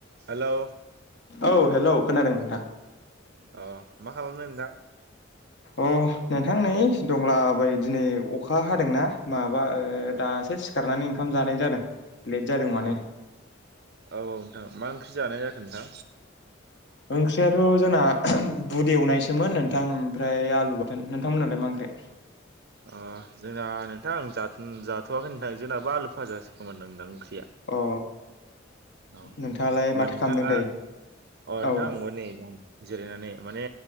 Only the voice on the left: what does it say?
औ हेलौ खोनादों नोंथां।
अ नोंथां नै दंला बायो दिनै अखा हादोंना माबा ओ दा सो सिखारनानै ओंखाम जानाय जादों। लेट जादों माने
ओंख्रियाथ' जोंना बुद एवनायसोमोन नोंथां ओमफ्राय आलु बाथोन। नोंथांमोननालाय मा ओंख्रै?
अ
नोंथाङालाय माथो
खालामदों दायो
औ